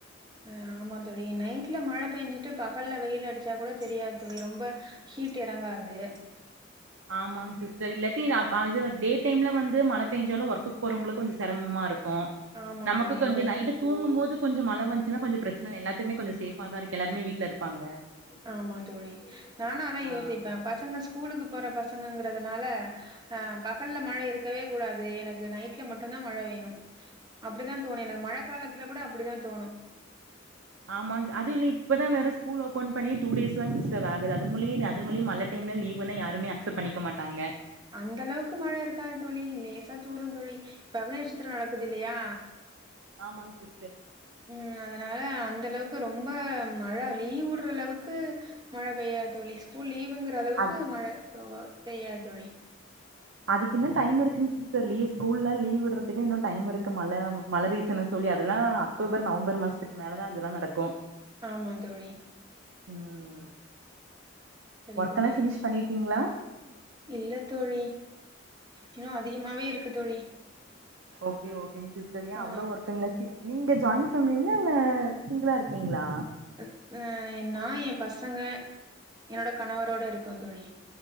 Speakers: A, on the right; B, on the right.
A: அ ஆமா தோழி, நைட்ல மழ பேஞ்சுட்டு பகல்ல வெயில் அடிச்சா கூட தெரியாது தோழி ரொம்ப ஹீட் எறங்காது
B: ஆமாங் சிஸ்டர் இல்லாட்டி ரா பா அது டே டைம்ல வந்து மழ பேஞ்சாலு ஒர்க்குக் போறவங்களுக்கு கொஞ்ச செரமமாருக் கு
A: ஆமா
B: நமக்கு
A: தோழி
B: கொஞ்சோ
A: இங்கே
B: நைட்டு தூங்கும்போது கொஞ்ச மழ வந்ச்சுனா கொஞ்ச பிரச்சன எல்லாத்துக்குமே கொஞ்ச சேஃபாதாருக்கு எல்லாருமே வீட்ல இருப்பாங்க
A: ஆமா தோழி நானு அதா யோசிப்ப
B: ஆ
A: பசங்க ஸ்கூலுக்கு போற பச சங்கங்கிறதுனாலே ஆ பகல்லே மழை இருக்கவே கூடாது எனக்கு நைட்லே மட்டுந்தா மழை வேணு அப்பிடிதா தோணோ எனக்கு மழை காலத்துலே கூட அப்பிடிதா தோணோ
B: ஆமாங் அது இல்ல இப்பதா வேற ஸ்கூல் ஓப்பன் பண்ணி டூ டேஸ்தாங் சிஸ்டர் ஆகுது அதுங்குள்ளியே இத் அதுங்குள்ளியு மழ டைம்ல லீவுன்னு யாருமே அச்செப்ட் பண்ணிக்க மாட்டாங்கே
A: அந்தளவுக்கு மழ இருக்காது தோழி லேசா தூரோ தோழி இப்பே அக்நேச்சத்திரோ நடக்குதில்லியா
B: ஆமாங் கி
A: ம் அதுனால அந்தளவுக் கு ரொம்பே மழ லீவ் உட்றளவுக்கு மழ பெய்யாத் தோழி ஸ்கூல் லீவ் விங்கிற அளவுக்கு
B: அ
A: மழ <unintelligible> பெய்யாத் தோழி
B: அதுக்கு இன்னு டைம் இருக்குங் சிஸ்டர் லீவ் ஸ்கூல்லா லீவ் விட்றதுக்கு இன்னு டைம் இருக்கு மழ மழ ரீசன சொல்லி அதெல்லா அக்டோபர் நவம்பர் மாசத்துக் மேலதா அதுலா நடக்கோ
A: ஆமா தோழி
B: ம்
A: சரி
B: ஒர்க்கலா
A: தோழி
B: ஃபினிஷ் பண்ணீற்கீங்ளா
A: இல்ல தோழி இன்னோ அதிகமாவே இருக்கு தோழி
B: ஓகே ஓகே இத் செரியா
A: ஆ
B: அவ்ளோ ஒர்க்கிங்ளா சி நீங்க ஜாயின் ஃபேமிலிங்ளா இல்லே சிங்கிளா இர்க்கீங்ளா
A: அ ஆ எ நா எ பசங்கே எனோட கணவரோட இருகோன் தோழி